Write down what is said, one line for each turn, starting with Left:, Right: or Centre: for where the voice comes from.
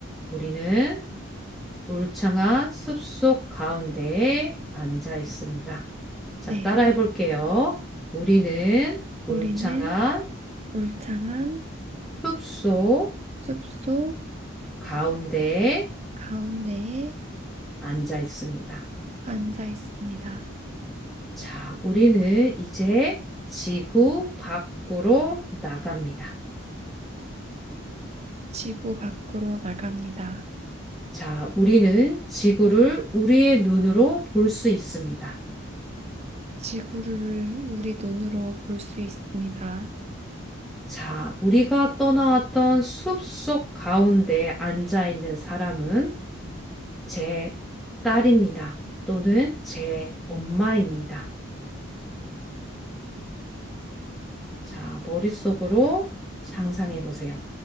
Centre: 우리는 울창한 숲속 가운데에 앉아 있습니다.
Right: 네.
Centre: 자, 따라해 볼게요. 우리는 울창한
Right: 우리는 울창한
Centre: 숲속
Right: 숲속
Centre: 가운데에
Right: 가운데에
Centre: 앉아 있습니다.
Right: 앉아 있습니다.
Centre: 자, 우리는 이제 지구 밖으로 나갑니다.
Right: 지구 밖으로 나갑니다.
Centre: 자, 우리는 지구를 우리의 눈으로 볼 수 있습니다.
Right: 지구를 우리 눈으로 볼 수 있습니다.
Centre: 자, 우리가 떠나왔던 숲속 가운데 앉아 있는 사람은 제 딸입니다. 또는 제 엄마입니다. 자, 머릿속으로 상상해 보세요.